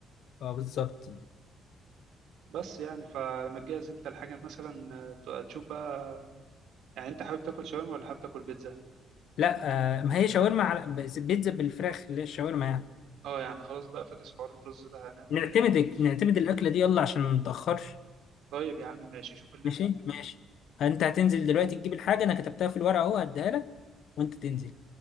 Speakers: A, on the left; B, on the right.
A: اه بالظبط
B: بس يعني فلما تجهز انت الحاجة مثلا آه، تشوف بقى يعني انت حابب تاكل شاورما ولا حابب تاكل بيتزا
A: لا آه ما هي شاورما على بس بيتزا بالفراخ اللي هي الشاورما يعني
B: اه يعني خلاص بقى فاكس حوار الرز ده هنعمل
A: نعتمد
B: حاجة
A: نعتمد الأكلة دي يلا عشان ما نتأخرش
B: طيب يا عم ماشي شوف اللي
A: ماشي
B: انت
A: ماشي انت هتنزل دلوقتي تجيب الحاجه انا كتبتها في الورقه اهو هديها لك وانت تنزل